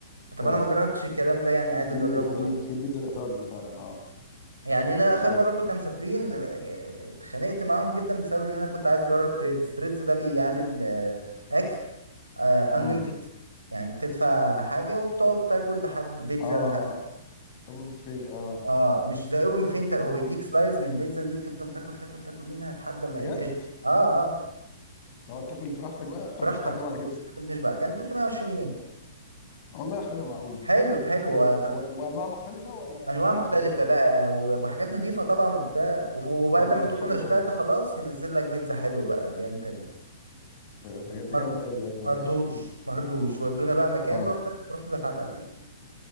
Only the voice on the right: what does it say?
طب
انا ما جربتش الكلام ده يعني عايز اجربه
يعني انا
اخر مره كنا مسافرين آه، اتخانقت معاهم جدا بسبب ان انا كنت عايز اجرب تريدز تريدز ده بيعمل آه، اكل انليميتد
يعني بتدفع حاجه وبتقعد تاكل لحد بيتزا
لحد
اه مش زي اوبن بوفيه انت هو بيديك سلايز من البيتزا دي تفضل تاكل تاكل تاكل منها لحد ما
ايه تشبع اه اه
براحتك
لحد ما تشبع كان 320 جنيه
حلو حلو
ت-
انواع
مختلفه
بقى و- وحاجات نظيفه طبعا وبتاع وف- وبعد
ما
تقول
له انا شبعت
خلاص ينزل لك بيتزا حلو بقى اللي انت
مر...
مردوش
مردوش ودونا بقى مكان
رحت رحت دفعت 1000 جنيه